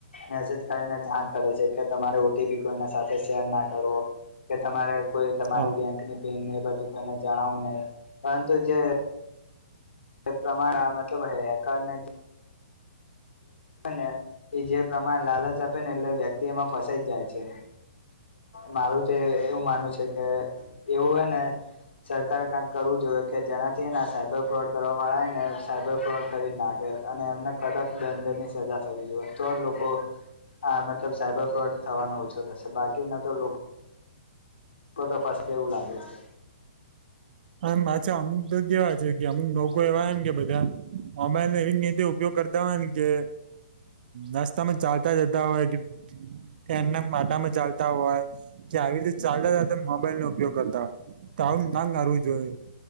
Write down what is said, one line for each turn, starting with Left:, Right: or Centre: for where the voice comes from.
Left: મેસેજ કરીને જાણ કરે છે કે તમારે ઓટીપી કોઈ ના સાથે શેર ના કરવો કે તમારે કો તમારી
Right: હા
Left: બેંકની પન બધું કોઈને જણાવવું નહીં પરંતુ જે તે પ્રમાણે મતલબ હેકરને ને એ જે પ્રમાણે લાલચ આપે ને એટલે વ્યક્તિ એમાં ફસાઈ જ જાય છે. મારું તો એવું માનું છે કે એવું હ ને સરકારે ક્યાંક કરવું જોઈએ કે જેનાથી ને સાયબર ફ્રોડ કરવા વાળા ને સાયબર ફ્રોડ કરી નાખે અને એમને કડક દંડ ની સજા થવી જોઈએ. તો લોકો હ મતલબ સાયબર ફ્રોડ થવાનો ઓછો થશે. બાકીના તો લોકો તો તો પાછા એવું લાગે છે.
Right: હ પાછા અમુક તો કેવા છે કે અમુક લોકો એવા ને કે બધા મોબાઈલ એવીતે ઉપયોગ કરતા કે નાસ્તા માં ચાલતા જતા હોય કે એના માટામાં ચાલતા હોય કે આવી રીતે ચાલતા હતા મોબાઈલ નો ઉપયોગ કરતા હોય. તો આવું ના કરરવું જોઈએ